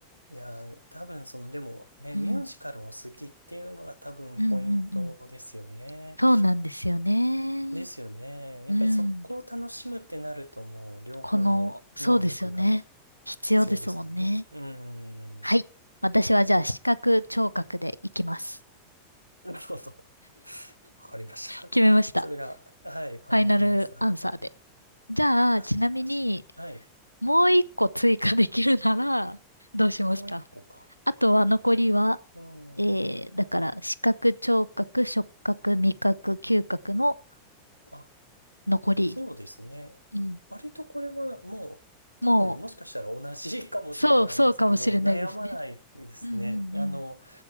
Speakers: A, on the right; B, on the left.
A: いや、多分その、でもね、
B: うん、
A: ミュージカルを好きっていうのが多分ポイントですよね。
B: うん、うん、うん。そうなんですよね。
A: ですよね。やっぱりそこを楽しむってなるともう両方の能力が
B: うん、この、そうですよね。必要ですもんね。
A: 必要ですもんね。うん。
B: はい。私はじゃあ視覚聴覚でいきます。
A: なるほど。わかりました。
B: 決めました。
A: それが、はい、ファイナルアンサーで
B: ファイナルアンサーで。じゃあ、
A: かしこまりました。
B: ちなみに、
A: はい。
B: もう一個追加できるなら、どうしますか
A: もう一個か。
B: あとは残りは、
A: うん。
B: えー、だから、視覚、聴覚、触覚、味覚、嗅覚の
A: あ
B: 残り。
A: そうですね。
B: うん。
A: 割とこれはもう多分もしかしたら同じかもしれないですけど、
B: もう、そう、そうかもしれないですね。
A: 悩まないですね。
B: うんう
A: あの、
B: ん